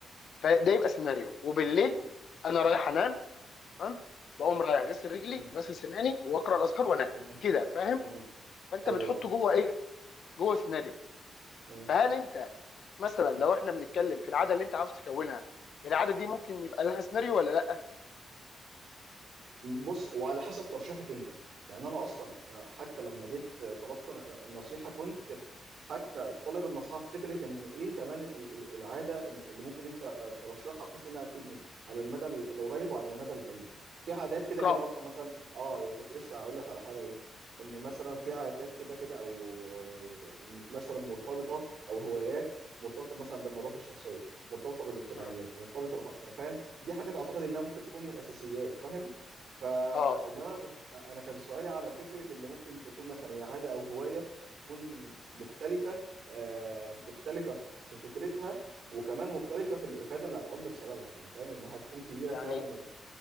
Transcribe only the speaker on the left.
فده يبقى سيناريو وبالليل انا رايح انام تمام بقوم رايح غسل رجلي
غسل سناني واقرا الاذكار وانام
كده فاهم
فانت
بتحطه جوه ايه جوه سيناريو
فهل انت مثلا لو احنا بنتكلم في العاده اللي انت عاوز تكونها العاده دي ممكن يبقى لها سيناريو ولا لا
اقراها
مم.
اه
يعني